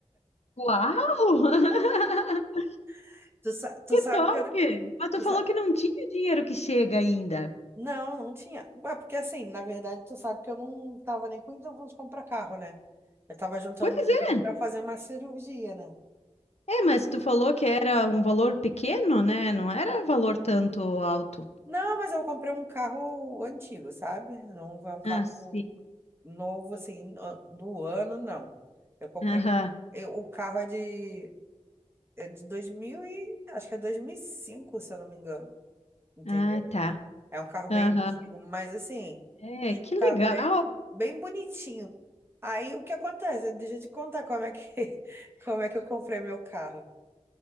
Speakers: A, on the left; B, on the right.
A: Uau! <laughs>
B: <laughs> Tu, sa- tu
A: Que
B: sabe
A: top!
B: que eu,
A: Mas tu
B: tu
A: falou
B: sa-
A: que não tinha dinheiro que chega ainda.
B: Não, não tinha. Ué, porque assim, na verdade, tu sabe que eu não tava nem com intenção de comprar carro, né? Eu tava juntando
A: Pois
B: dinheiro
A: é.
B: pra fazer uma cirurgia, né?
A: É, mas tu falou que era um valor pequeno, né? Não era valor tanto alto.
B: Não, mas eu comprei um carro antigo, sabe? Não é um carro.
A: Ah, sim.
B: novo assim no- do ano, não. Eu comprei
A: Aham.
B: um, eu- o carro é de é de 2000 e acho que é 2005 se eu não me engano, entendeu?
A: Ah, tá.
B: É um carro bem
A: Aham.
B: antigo, mas assim,
A: É,
B: ele
A: que
B: tá
A: legal.
B: bem bem bonitinho. Aí o que acontece? Deixa eu te contar como é que <laughs> como é que eu comprei meu carro.